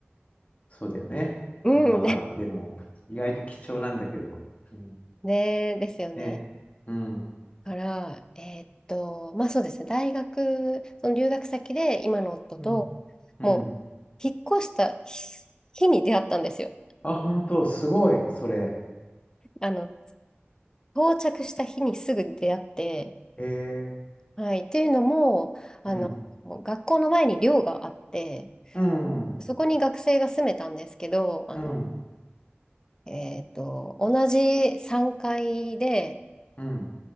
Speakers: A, on the left; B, on the left.
A: そうだよね。
B: う。うん。
A: うん、わかる。
B: <laughs>
A: でも、意外と貴重なんだけど。うん、
B: ね、ですよね。
A: ね。うん、
B: だから、えーっと、まあそうですね。大学、その留学先で今の夫と、
A: うん、うん。
B: もう、引っ越した日に出会ったんですよ。
A: あ、本当、すごい、それ。
B: あの、到着した日にすぐ出会って、
A: ええ
B: はい。っていうのも、あの、
A: うん、
B: 学校の前に寮があって、
A: うん、うん、
B: そこに学生が住めたんですけど、あの、
A: う
B: えーっと、同じ3階で、
A: ん、